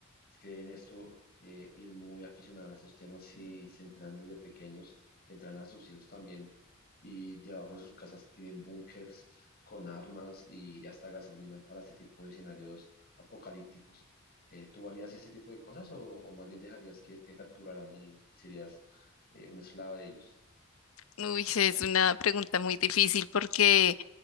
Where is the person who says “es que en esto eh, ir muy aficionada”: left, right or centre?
Left